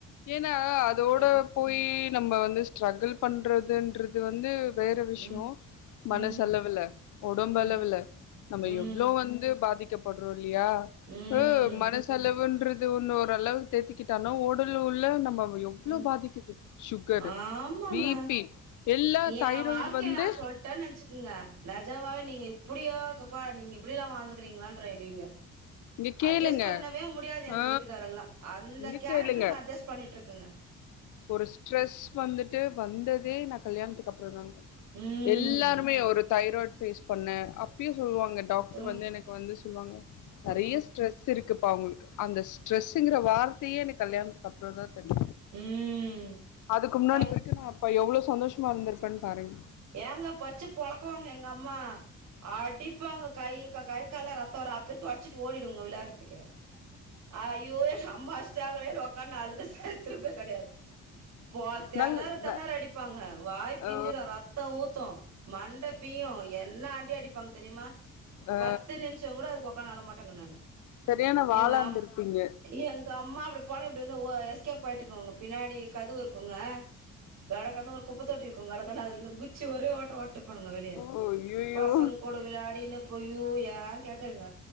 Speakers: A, on the left; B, on the right.
A: ஏன்னா, அதோட
B: ஆ
A: போய் நம்ம வந்து ஸ்ட்ரகுள் பண்றதுன்றது வந்து வேற விஷ்யோ
B: ம்
A: மனசளவுல
B: ம்
A: உடம்பளவுல
B: ம்
A: நம்ம
B: ம்
A: எவ்ளோ வந்து பாதிக் கப்பட்றோ இல்லயா
B: ம்
A: அ மனசளவுன்ற து ஒன்னு ஓரளவு தேத்துக்கிட்டானு உடல் உள்ள நம்ம எவ்ளோ
B: ம் ம்
A: பாதிக்குது சுகரு,
B: ஆமாங்க
A: ஆமா. பிபி எல்லா
B: ஏ
A: தைராய்டு
B: வாழ்க்கைய
A: வந்து
B: நா சொல்டன் நெனைச்சுக்கங்க நெஜமாவே நீங்க இப்டியாக்கப்ப நீங்க இப்டிலா வாழ்ந்துக்கிறீங்களான் ஃப்ரைடீங்க
A: இங்க கேளுங்க.
B: அட்ஜஸ் பண்ணவே முடியாது எங்க
A: ஆ
B: வீட்டுக்காரெல்லா அந்த
A: இங்க
B: கேரக்ட்ரு
A: கேளுங்க.
B: நா அட்ஜஸ்ட் பண்ணிட்ருக் க்குங்க
A: ஒரு ஸ்ட்ரெஸ் வந்துட்டு வந்தது வே நாக் கல்யாணத்துக்கு அப்புறோந்தாங்க
B: ம்
A: எல்லாருமே ஒரு தைராய்ட் ஃபேஸ் பண்ண அப்பியு சொல்லுவாங்க டாக்டர்
B: அ
A: வந்து எனக்கு வந்து சொல்வாங்க நறையா
B: ம்
A: ஸ்ட்ரெஸ் இருக் இருக்குப்பா உங்களுக்கு அந்த ஸ்ட்ரெஸ்சுங்குற வார்த்தையே எனக் கல்யாணத்துக்கு அப்புறோந்தா தெருஞ்சு
B: ம்
A: அதுக்கு முன்னாடி
B: கல்
A: வரைக்கு நா அப்ப எவ்வளோஸ் சந்தோஷமா இருந்துருப்பன் பாருங்
B: ஏங்க பச்சு பொழக்குவாங்க எங்க அம்மா அடிப்பாங்க கை கக் கை கால்ல ரத்தோ வரு அப் து தொறச்சுட்டு ஓடி டுங்க விளாடறதுக்கு ஐயோ எங்க அம்மா அடுச்சுட்டாங்களே உக்கான்னு அழு திரும்ப கெடையாது போ தெணர
A: நல்
B: தெணர
A: ந
B: அடிப்பாங்க வாய் பிஞ்சுரு
A: அ
B: ஒரு பக் ஊத்து மண்ட பீயு என்ன அடி அ அடிப்பாங் தெரியுமா
A: அ அ
B: பத்து நிம்ஷோங் கூட அதுக்கு உக்காந்து அழ மாட் பட்டங்க நானு
A: சரியான வாளா
B: எங்க அம்
A: இருந்திருப்பீங்க.
B: எங்க அம்மா அப்டி போனா இப்டி வந்து ஓய் எஸ்கேப் ஆயிட்டுக்கோங்க பின்னாடி கதுவு இருக்குங்க கடகடன்னு ஒரு குப்பத்தொட்டி இருக்குங் கடகடன்னு அதுல இருந்து குதுச் ச்சு ஒரே ஓட்டோ ஓட்டு பண்ணுங்க வெளிய
A: ஓ ஐயையோ!
B: பசங் கூட விளாடினு பொய்யோய் ஏங் கேக்குறீங்க